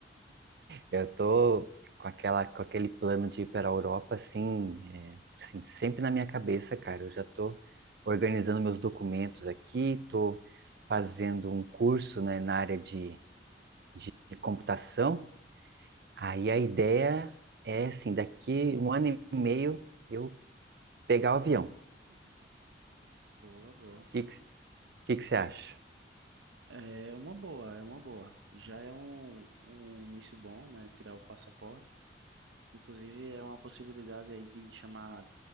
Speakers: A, on the right; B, on the right.
A: Eu tô com aquela, com aquele plano de ir para a Europa, assim, é, assim, sempre na minha cabeça, cara. Eu já tô organizando meus documentos aqui, tô fazendo um curso, né, na área de, de, de computação. Aí a ideia é, assim, daqui um ano e meio eu pegar o avião.
B: Boa, boa.
A: O que que, que que você acha?
B: É uma boa, é uma boa. Já é um, um início bom, né? Tirar o passaporte. Inclusive, é uma possibilidade aí de chamar